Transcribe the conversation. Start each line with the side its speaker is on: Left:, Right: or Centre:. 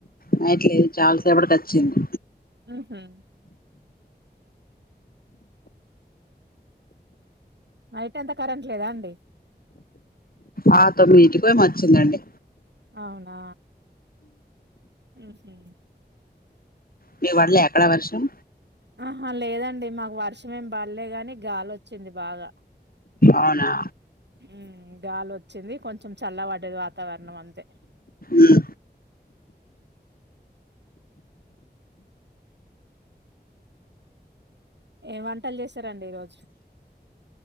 Left: నేట్లేదు. చాలాసేపటికి వచ్చింది.
Right: ఉహూ నైట్ అంతా కరెంట్ లేదా అండి.
Left: ఆహ్ తొమ్మిదియిటికి ఏమో వచ్చిందండి.
Right: అవునా. ఉమ్మ్
Left: మీకు పడలే అక్కడ వర్షం.
Right: ఆహా లేదండి. మాకు వర్షంమేం బల్లే గాని గాలొచ్చింది బాగా.
Left: అవునా.
Right: ఉమ్ గాలి వచ్చింది. కొంచెం చల్లపడ్డది వాతావరణం అంతే.
Left: ఉహూ
Right: ఏం వంటలు చేసారండి. ఈరోజు